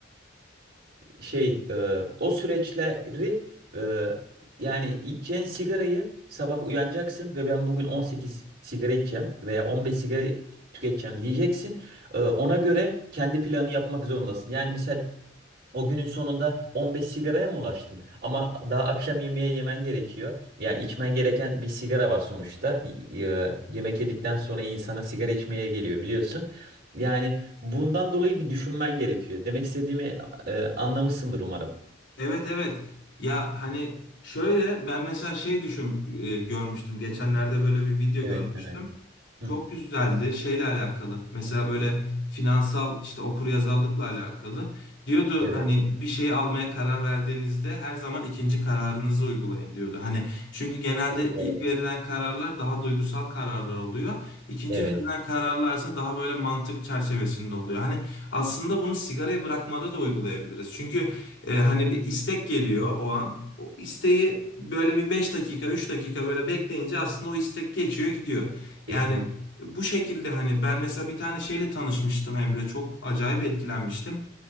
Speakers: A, on the right (about 50°); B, on the left (about 65°).
A: şey e, o süreçleri e, yani içeceğin sigarayı sabah uyanacaksın ve ben bugün 18 sigara içeceğim veya 15 sigara tüketeceğim diyeceksin. E, ona göre kendi planını yapmak zorundasın. Yani misal o günün sonunda 15 sigaraya mı ulaştın? Ama daha akşam yemeğe yemen gerekiyor. Yani içmen gereken bir sigara var sonuçta. Y- y- e, Yemek yedikten sonra insana sigara içmeye geliyor biliyorsun. Yani bundan dolayı bir düşünmen gerekiyor. Demek istediğimi e, anlamışsındır umarım.
B: Evet evet. Ya hani şöyle ben mesela şey düşün e, görmüştüm. Geçenlerde böyle bir video
A: Evet
B: görmüştüm.
A: evet. Hı.
B: Çok güzeldi şeyle alakalı. Mesela böyle finansal işte okuryazarlıkla alakalı. Diyordu
A: Evet.
B: hani bir şey almaya karar verdiğinizde her zaman ikinci kararınızı uygulayın diyordu. Hani çünkü genelde
A: Çok doğru.
B: ilk verilen kararlar daha duygusal kararlar oluyor. İkinci
A: Evet.
B: verilen kararlarsa daha böyle mantık çerçevesinde oluyor. Hani aslında bunu sigarayı bırakmada da uygulayabiliriz. Çünkü ee, hani bir istek geliyor o an. O isteği böyle bir 5 dakika, 3 dakika böyle bekleyince aslında o istek geçiyor gidiyor. Yani
A: Kesinlikle.
B: bu şekilde hani ben mesela bir tane şeyle tanışmıştım Emre. Çok acayip etkilenmiştim.